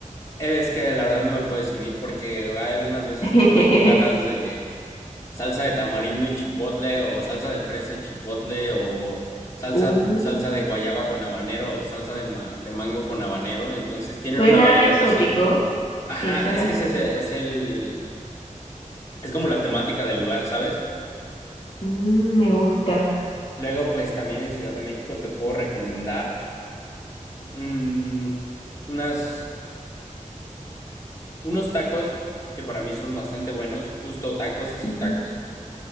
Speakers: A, on the left; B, on the left.
A: es que la verdad no me puedo decidir porque hay algunas veces
B: <laughs>
A: que voy con ganas de salsa de tamarindo y chipotle o salsa de fresa y chipotle o salsa,
B: Uh,
A: salsa de guayaba con habanero o salsa de, ma- de mango con habanero. Entonces tienen
B: suena
A: una variedad
B: exótico.
A: así.
B: Sí,
A: Ajá,
B: suena
A: es
B: exótico.
A: que ese es el, es el- es como la temática del lugar, ¿sabes?
B: Mm, me gusta.
A: Luego, pues también en Ciudad de México te puedo recomendar mm, unas, unos tacos que para mí son bastante buenos, justo tacos, así
B: Ujú.
A: tacos.